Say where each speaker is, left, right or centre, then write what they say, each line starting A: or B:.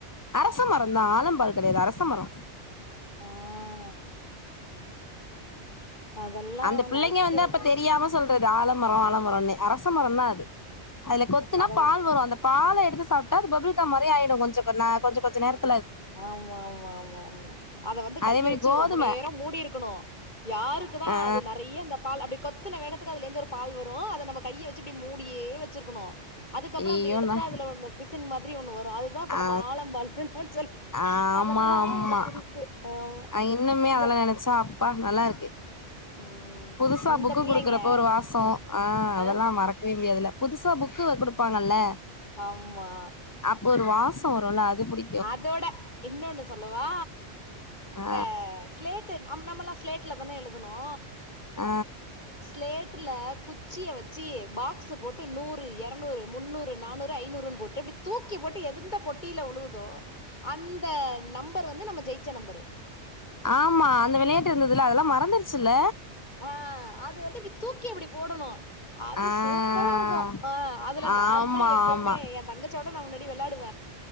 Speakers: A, on the left; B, on the left.
A: அரச மரோ தா ஆலம்பலம் கெடையாது அரச மரோ
B: ஆஹ் அதெல்லாம்
A: அந்த பிள்ளைங்க
B: நெனைக்கிறப்போ
A: வந்து அப்ப தெரியாம சொல் து ஆலமரம் ஆலமரம் அரசமரம் தான் அது அதுல கொத்துனா
B: அத வந்து
A: பால் வரும் அந்தப் பால எடுத்து சாப்பிட்டா அது பப்பிள்கம் மாதிரியே ஆயிடும் கொஞ்ச கந கொஞ்ச கொஞ்நேரம்
B: ஆமா ஆமா ஆமா ஆமா அத வந்து கைய
A: அதே மாரி
B: வச்சு
A: கோதும
B: ரொம்ப நேரம் மூடிருக்கு க்கணும் யாருக்கு தான்
A: அ
B: அது நிறைய அந்த பால் அப்படி கொத்தின வேகத் அதுல இருந்து ஒரு பால் வரும் அதை நம்ம கையை வச்சு அப்படி மூடியே வச்சிருக்கணும் அதுக்கப்புறம்ட
A: ஐயோண்ணா
B: அப்படி எடுத்தா அதுல ஒ பிசின் மாதிரி ஒன்னு வரும் அது தா இப்ப
A: அ
B: நம்ம ஆலம்பால்னு சொல்லி
A: ஆமா
B: அதெல்லாம்
A: ஆமா
B: ஒரு சிரிப்பு. ஆமா.
A: அ இன்னுமே
B: இந்த
A: அதெல்லா நெனச் சாப்பா நல்லாருக்கு
B: ம்.
A: புதுசா
B: இந்த
A: புக்கு
B: பிள்ளைங்க
A: குடுக்குறப்ப ஒரு வாசோ ஆ அதெல்லா
B: அ
A: மறக்கவே முடியாதுல புதுசா புக்கு குடுப்பாங்கல்ல
B: ஆமா
A: அப்ப ஒரு வாசோ வருல அது புடி
B: அதோட இன்னொன்னு சொல்லவா
A: ஆ
B: பே ஸ்லேட்டு அம் நம்மல்லா ஸ்லேட்ல தானே எழுதுனோ
A: ஆ
B: ஸ்லேட்ல குச்சிய வச்சு பாக்ஸு போட்டு நூறு எரநூறு முன்னூறு நானூறு ஐநூறுன் போட்டு இப்டி தூக்கி போட்டு எந்த பொட்டில வுழுத் ஓ அந்த நம்பர் வந்து நம்ம ஜெயிச்ச நம்பரு
A: ஆமா அந்த வெளையாட்டு இருந்துதுல அதெல்லா மறந்துருச்சுல்ல
B: ஆ‌ அத வந்து இப்டி தூக்கி இப்டி போடணு அது
A: ஆ
B: சூப்பரா இருக்கூ ஆ அதுல
A: ஆமா
B: நாந்தா எப்பயுமே
A: ஆமா
B: ஏ தங்கச்சியோட நா முன்னாடி வெளாட்